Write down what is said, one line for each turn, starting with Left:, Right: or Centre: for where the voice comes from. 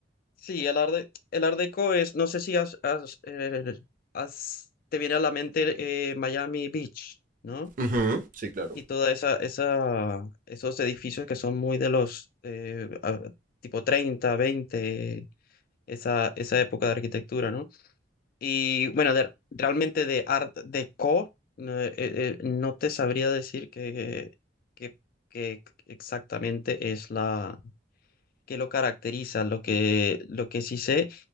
Left: sí, el Art de- el Art Deco es, no sé si has, has, eh, has- te viene a la mente eh, Miami Beach, ¿no?
Right: Ujú. Sí, claro.
Left: Y toda esa, esa, esos edificios que son muy de los eh, a- tipo 30, 20, esa, esa época de arquitectura, ¿no? Y bueno, de- realmente de Art Deco, no, eh, eh, no te sabría decir que, que, que exactamente es la que lo caracteriza. Lo que, lo que sí sé